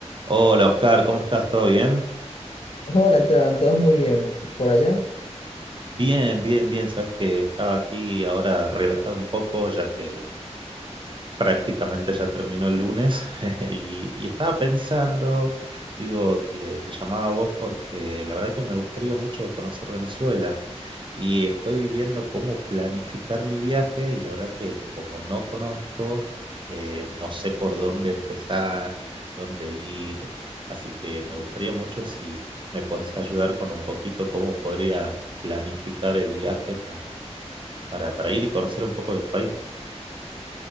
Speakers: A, on the right; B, on the left.
A: Hola Oscar, ¿cómo estás? ¿Todo bien?
B: Hola Esteban, todos muy bien. ¿Tú- ¿Por allá?
A: Bien, bien, bien. Sabes que estaba aquí ahora relajado un poco ya que prácticamente ya terminó el lunes <laughs> y, y estaba pensando, digo, te, te llamaba a vos porque la verdad que me gustaría mucho conocer Venezuela. Y estoy viendo cómo planificar mi viaje y la verdad que como no conozco, eh, no sé por dónde empezar, dónde ir. Así que me gustaría mucho si me puedes ayudar con un poquito cómo podría planificar el viaje para, para, para ir y conocer un poco de tu país.